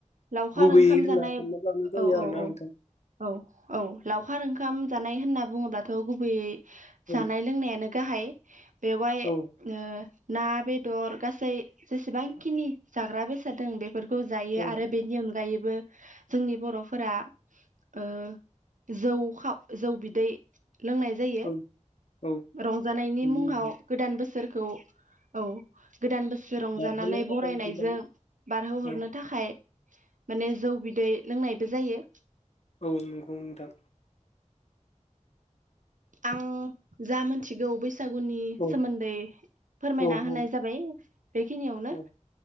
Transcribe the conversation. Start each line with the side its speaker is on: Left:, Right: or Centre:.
Right: लावखार
Left: गुबैयै
Right: ओंखाम
Left: होनना
Right: जानाय
Left: सानना लानाय
Right: औ
Left: जायो
Right: औ
Left: आरो ना
Right: औ
Left: नोंथां।
Right: औ औ लावखार ओंखाम जानाय होनना बुङोब्लाथ' गुबैयै
Left: औ
Right: जानाय लोंनायानो गाहाय बेवहाय
Left: औ
Right: ओ ना बेदर गासै जेसेबांखिनि जाग्रा बेसाद दों बे फोरखौ जायो
Left: औ
Right: आरो बेनि अनगायै बो जोंनि बर'फोरा ओ जौ खाव जौ बिदै लोंनाय जायो
Left: औ औ
Right: रंजानायनि
Left: नंगौ
Right: मुङाव
Left: नोंथां
Right: गोदान बोसोरखौ औ गोदान बोस सो रंजानानै
Left: बारहोनो थाखाय
Right: बरायनायजों
Left: गोबां
Right: बारहोहरनो
Left: औ
Right: थाखाय माने जौ बिदै लोंनायबो जायो
Left: औ नंगौ नोंथां।
Right: आं जा मोनथिगौ बै सागुनि
Left: औ
Right: सोमोन्दै फोरमायना
Left: औ औ।
Right: होनाय जाबाय। बेखिनियावनो
Left: औ